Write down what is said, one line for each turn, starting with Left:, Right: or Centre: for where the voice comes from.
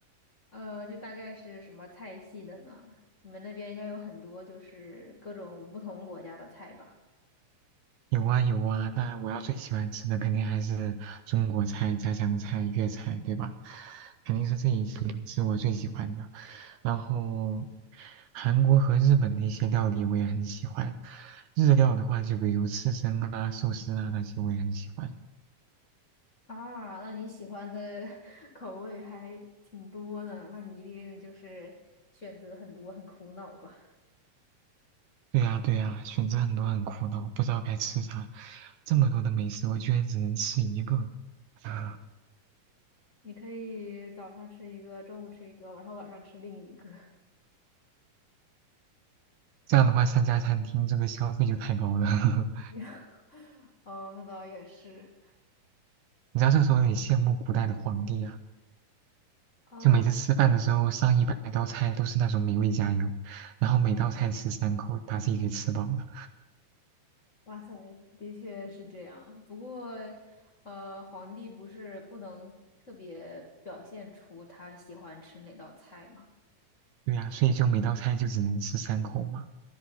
Left: 呃，就大概是什么菜系的呢？你们那边应该有很多，就是各种不同国家的菜吧？
Right: 有啊有啊，那我要最喜欢吃的肯定还是中国菜、家乡菜、粤菜，对吧？肯定是这一些是我最喜欢的。然后韩国和日本的一些料理我也很喜欢，日料的话就比如刺身啊、寿司啊那些我也很喜欢。
Left: 啊，那你喜欢的 <laughs> 口味还挺多呢，那你一定就是选择很多，很苦恼吧？
Right: 对呀对呀，选择很多很苦恼，不知道该吃啥。这么多的美食，我居然只能吃一个。啊，
Left: 你可以早上吃一个，中午吃一个，晚上晚上吃另一个。
Right: 这样的话，三家餐厅这个消费就太高了。<laughs>
Left: <laughs> 哦，那倒也是。
Right: 你知道这个时候有羡慕古代的皇帝啊。
Left: 啊。
Right: 就每次吃饭的时候，上一百道菜都是那种美味佳肴，然后每道菜吃三口，把自己给吃饱了。
Left: 哇塞，的确是这样。不过，呃，皇帝不是不能特别表现出他喜欢吃哪道菜吗？
Right: 对呀，所以就每道菜就只能吃三口嘛。